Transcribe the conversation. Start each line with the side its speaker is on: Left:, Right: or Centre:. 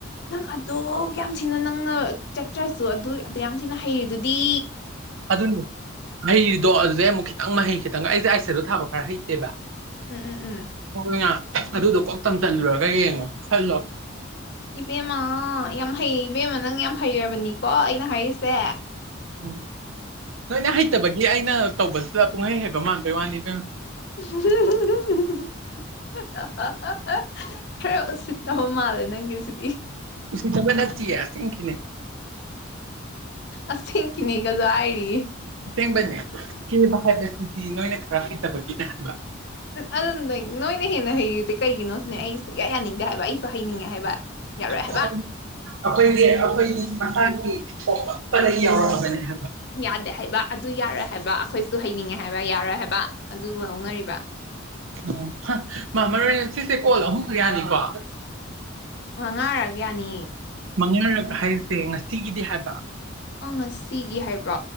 Left: ꯅꯪ ꯑꯗꯨ ꯌꯥꯝ ꯊꯤꯅ ꯅꯪꯅ ꯆꯠꯇ꯭ꯔꯁꯨ ꯑꯗꯨ ꯑꯗꯨ ꯌꯥꯝ ꯊꯤꯅ ꯍꯩꯔꯗꯨꯗꯤ
Right: ꯑꯗꯨꯅꯦ ꯃꯍꯩꯗꯣ ꯑꯗꯨꯗꯩ ꯑꯃꯨꯛ ꯈꯤꯇꯪ ꯃꯍꯩ ꯈꯤꯇꯪꯒ ꯑꯩꯁꯦ ꯑꯥꯏꯁꯦꯗꯣ ꯊꯥꯕ ꯈꯔ ꯍꯩꯇꯦꯕ
Left: ꯎꯝ ꯎꯝ ꯎꯝ
Right: ꯍꯣꯃꯌꯥꯝ ꯑꯗꯨꯗꯣ ꯀꯣꯛ ꯇꯝ ꯇꯜꯂꯨꯔꯒ ꯌꯦꯡꯉꯣ ꯈꯜꯂꯣ
Left: ꯏꯕꯦꯝꯃ ꯌꯥꯝ ꯍꯩ ꯏꯕꯦꯝꯃ ꯅꯪ ꯌꯥꯝ ꯍꯩꯔꯕꯅꯤꯀꯣ ꯑꯩꯅ ꯍꯥꯏꯔꯤꯁꯦ
Right: ꯎꯝ ꯅꯣꯏꯅ ꯍꯩꯇꯕꯒꯤ ꯑꯩꯅ ꯇꯧꯕꯁꯤꯗ ꯄꯨꯡꯍꯩ ꯍꯩꯕ ꯃꯥꯟꯕ ꯋꯥꯅꯤ ꯏꯕꯦꯝꯃ
Left: <unintelligible> ꯍ ꯍ ꯍ ꯍ ꯍ ꯈꯔ ꯎꯁꯤꯠꯇꯕ ꯃꯥꯜꯂꯦ ꯅꯪꯒꯤꯁꯤꯗꯤ
Right: ꯎꯁꯤꯠꯇꯕ ꯅꯠꯇꯤꯌꯦ ꯑꯁꯦꯡꯀꯤꯅꯦ
Left: ꯑꯁꯦꯡꯀꯤꯅꯦꯒꯖꯨ ꯍꯥꯏꯔꯤꯌꯦ
Right: ꯑꯁꯦꯡꯕꯅꯦ ꯀꯦꯕ ꯍꯥꯏꯕꯁꯤꯗꯤ ꯅꯣꯏꯅ ꯈꯔ ꯍꯩꯇꯕꯒꯤꯅꯦ ꯍꯥꯏꯕ
Left: ꯑꯗꯨꯅꯗ ꯅꯣꯏꯅ ꯍꯦꯟꯅ ꯍꯩꯔꯤꯨꯁꯦ ꯀꯩꯒꯤꯅꯣ ꯁꯤꯅꯦ ꯑꯩ ꯁꯨꯛꯌꯥ ꯌꯥꯅꯤꯡꯗꯦ ꯍꯥꯏꯕ ꯑꯩꯁꯨ ꯍꯩꯅꯤꯡꯉꯦ ꯍꯥꯏꯕ ꯌꯥꯔꯣꯏ
Right: ꯑꯩꯣꯏ
Left: ꯍꯥꯏꯕ
Right: ꯑꯩꯈꯣꯏꯒꯤ ꯑꯩꯈꯣꯏꯒꯤ ꯃꯁꯥꯒꯤ ꯄꯣꯛꯂꯛꯄꯅ ꯌꯥꯎꯔꯛꯑꯕꯅꯦ ꯍꯥꯏꯕ
Left: ꯌꯥꯗꯦ ꯍꯥꯏꯕ ꯑꯗꯨ ꯌꯥꯔꯣꯏ ꯍꯥꯏꯕ ꯑꯩꯈꯣꯏꯁꯨ ꯍꯩꯅꯤꯡꯉꯦ ꯍꯥꯏꯕ ꯌꯥꯔꯣꯏ ꯍꯥꯏꯕ ꯑꯗꯨꯕꯨ ꯍꯧꯅꯔꯤꯕ
Right: ꯎ ꯃꯥꯃꯣꯏ ꯁꯤꯁꯦ ꯀꯣꯜ ꯑꯍꯨꯝꯈꯛ ꯌꯥꯅꯤꯀꯣ
Left: ꯃꯉꯥꯔ ꯌꯥꯅꯤ
Right: ꯃꯉꯥꯔꯛ ꯍꯥꯏꯔꯤꯁꯦ ꯉꯁꯤꯒꯤꯗꯤ ꯍꯥꯏꯕ
Left: ꯑꯪ ꯉꯁꯤꯒꯤ ꯍꯥꯏꯕ꯭ꯔꯣ